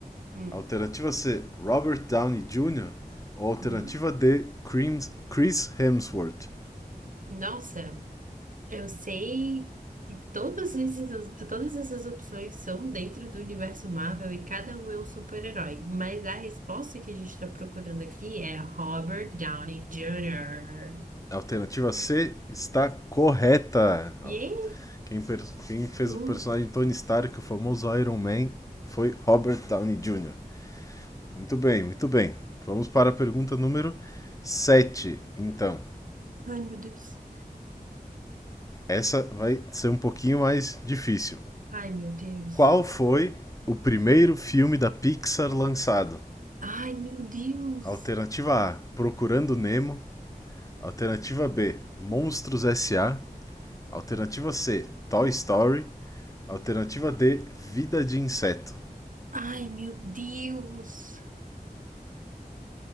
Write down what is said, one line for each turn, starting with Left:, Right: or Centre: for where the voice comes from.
Right: hum,
Left: Alternativa C: Robert Downey Jr. Ou alternativa
Right: hum.
Left: D: Chris- Hemsworth.
Right: Nossa. Eu sei que todas esses, todas essas opções são dentro do universo Marvel e cada um é um super-herói, mas a resposta que a gente está procurando aqui é Robert Downey Jr.
Left: Alternativa C está correta.
Right: Yeah!
Left: Quem, quem fez
Right: Uh,
Left: o personagem Tony Stark, o famoso Iron Man, foi Robert Downey Jr. Muito bem, muito bem. Vamos para a pergunta número 7 então.
Right: ai, meu Deus.
Left: Essa vai ser um pouquinho mais difícil.
Right: Ai, meu Deus.
Left: Qual foi o primeiro filme da Pixar lançado?
Right: Ai, meu Deus.
Left: Alternativa A: Procurando Nemo. Alternativa B: Monstros S A Alternativa C: Toy Story. Alternativa D: Vida de Inseto.
Right: Ai, meu Deus.